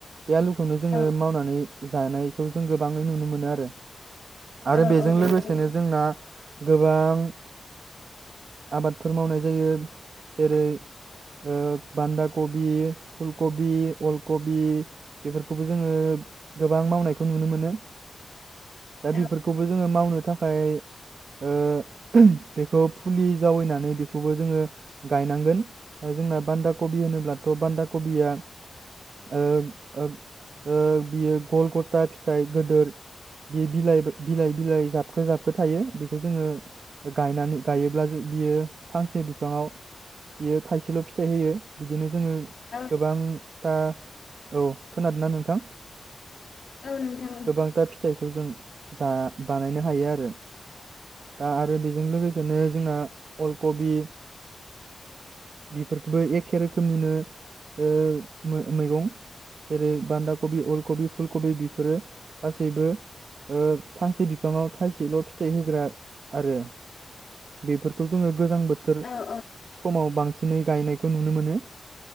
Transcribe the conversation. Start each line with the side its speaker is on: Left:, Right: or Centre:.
Right: बे आलुखौनो जोङो
Left: औ
Right: मावनानै जानायखौ जों गोबाङै नुनो मोनोआरो। आरो
Left: औ
Right: बे जों
Left: औ नंगौ
Right: लोगोसेनो
Left: नोंथां
Right: जोंना गोबां आबादफोर मावनाय जायो जेरै ओ बान्दा कबि फुलकबि अलकबि बेफोरखौबो जोङो गोबां मावनायखौ नुनो मोनो। दा
Left: औ
Right: बेफोरखौबो जोङो मावनो थाखाय ओ बेखौ फुलि जावैनानै बेखौबो जोङो गायनांगोन जोंना बान्दा कबि होनोब्लाथ' बान्दा कबिया ओ-ओ-ओ बियो गल गथा फिथाइ गदोर बे बिलाइ। बिलाइ बिलाइ जाबखो जाबखो थायो बेखौ जोङो गायनानै गायोब्ला बियो फांसे बिफाङाव बियो थाइसेल' फिथाइ होयो बिदिनो जोङो
Left: औ
Right: गोबांथा औ खोनादोंना नोंथां
Left: औ नोंथां औ
Right: गोबांथा फिथाइखौ जों जा बानाय <unintelligible> आरो दा आरो बेजों लोगोसे जोंना अल कबि बिफोरबो एखे रोखोमनिनो ओ मैगं जेरै बान्दा कबि अल कबि बिफोरो गासैबो। ओ फांसे बिफाङाव थाइसेल' फिथाइ होग्रा आरो बेफोरखौ जोङो गोजां बोथोर
Left: औ
Right: समाव बांसिनै गायनायखौ नुनो मोनो।